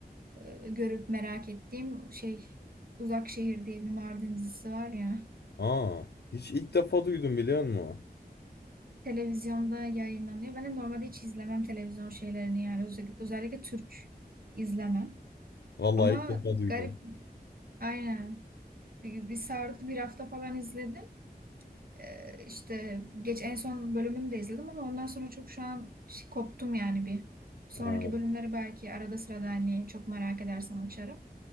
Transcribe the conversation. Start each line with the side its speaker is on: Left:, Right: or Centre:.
Right: e, görüp merak ettiğim şey Uzak Şehir diye bir Mardin dizisi var ya.
Left: Aa, hiç ilk defa duydum biliyor musun?
Right: Televizyonda yayınlanıyor. Ben de normalde hiç izlemem televizyon şeylerini yani Özellikle, özellikle Türk izlemem.
Left: Vallahi
Right: Ama
Left: ilk defa duydum.
Right: garip aynen bir, bir sardı bir hafta falan izledim. Ee, işte geç en son bölümünü de izledim ama ondan sonra çok şu an ş- koptum yani bir. Sonraki
Left: Aa.
Right: bölümleri belki arada sırada hani çok merak edersem açarım.